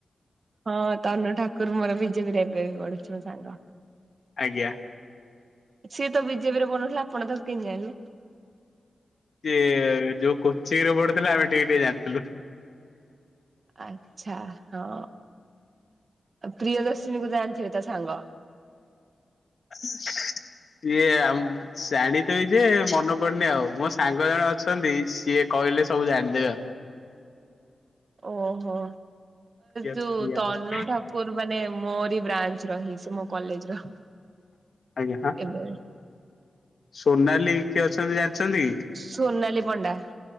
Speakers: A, on the right; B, on the left.
A: ହଁ ତନୁ ଠାକୁର ମୋର ବିଜେପି ରେ ଏବେ ବି ପଢୁଛି ମୋ ସାଙ୍ଗ।
B: ଆଜ୍ଞା।
A: ସିଏ ତ ବିଜେପିରେ ପଢୁନଥିଲା ଆପଣ ତାକୁ କେମିତି ଜାଣିଲେ।
B: ସିଏ ଯୋଉ କୋଚିଂରେ ପଡୁଥିଲା ଆମେ ଟିକେ ଟିକେ ଜାଣିଥିଲୁ।
A: ଆଚ୍ଛା ହଁ ପ୍ରିୟଦର୍ଶିନୀ କୁ ଜାଣିଥିବେ ତା ସାଙ୍ଗ।
B: ସିଏ ଆମ ଜାଣିଥିବି ଯେ ମନେ ପଡୁନି ଆଉ ମୋ ସାଙ୍ଗ ଜଣେ ଅଛନ୍ତି ସିଏ କହିଲେ ସବୁ ଜାଣିଦେବେ ଆଉ।
A: ଓହୋ
B: ପ୍ରିୟା
A: ଯଉ
B: ପ୍ରିୟା
A: ତନୁ
B: ଦତ୍ତ
A: ଠାକୁ ରୁ ମାନେ ମୋରି ବ୍ରାଞ୍ଚ ର ହିଁ ସେ ମୋ କଲେଜ ର।
B: ଆଜ୍ଞା ହଁ।
A: ଏବେ।
B: ସୋନାଲି କିଏ ଅଛନ୍ତି ଜାଣିଛନ୍ତି?
A: ସୋନାଲି ପଣ୍ଡା